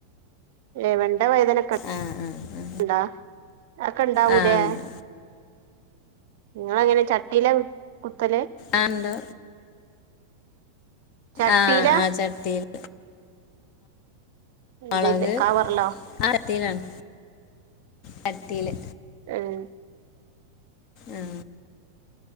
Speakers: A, on the right; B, on the left.
A: ഏഹവെണ്ട വഴുദന ഒക്കെണ്ടോഅതൊക്കെ
B: ആ ആ ആ
A: ഇണ്ടാവും
B: ആ
A: ലേ
B: ഉണ്ട്
A: നിങ്ങൾ എങ്ങനെ ചട്ടില കുത്തല്
B: ആഹ് ഉണ്ട്
A: ചട്ടിയില
B: ആഹ് ആ ചട്ടിയില് മൊളക്
A: ഇതില് കവറിലോ
B: ആ അട്ടിയിലാണ് ചട്ടില്
A: ആഹ്
B: ആ